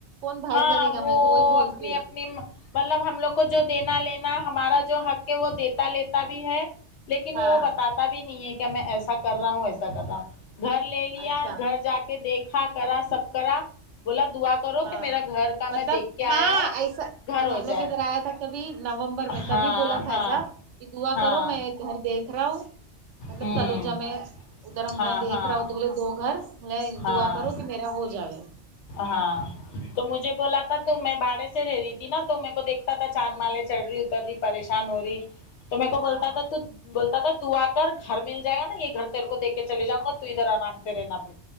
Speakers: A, on the right; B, on the left.
A: کون بھائی
B: ہاں
A: کرے گا
B: وہ
A: میں تو وہی بولتی
B: اپنی
A: ہوں
B: اپنی مطلب ہم لوگ کو جو دینا لینا ہمارا جو حق ہے وہ دیتا لیتا بھی ہے لیکن
A: ہاں
B: وہ بتاتا بھی نہیں ہے کیا میں ایسا کر رہا ہوں ویسا کر رہا ہوں گھر لے لیا
A: اچھا
B: گھر جا کے دیکھا کرا سب کرا بولا دعا کرو
A: ہاں
B: کہ میرا گھر کا
A: مطلب
B: میں دیکھ کے
A: ہاں
B: آیا ہوں
A: ایسا
B: گھر
A: جب
B: ہو
A: ہم لوگ
B: جائے
A: ادھر آیا تھا کبھی نومبر میں تبھی
B: ہاں
A: بولا تھا
B: ہاں
A: ایسا کہ دعا
B: ہاں
A: کرو میں گھر دیکھ رہا ہوں مطلب
B: ہوں
A: تلو جا میں ادھر ہم
B: ہاں
A: میں دیکھ
B: ہاں
A: رہا ہوں دوولے دو گھر مطلب
B: ہاں
A: دعا کرو کہ میرا ہو جائے
B: ہاں تو مجھے بولا تھا تو میں بھاڑے سے رہ رہی تھی نا تو میں کو دیکھ تھا
A: ہوں
B: چار مالے چڑھ رہی اتر رہی پریشان ہو رہی تو میر کو
A: ہاں
B: بولتا تھا تو بولتا تھا دعا کر گھر مل جائے گا نا یہ گھر تیر کو دے کے چل جاؤں گا تو ادھر آرام سے رہنا پھر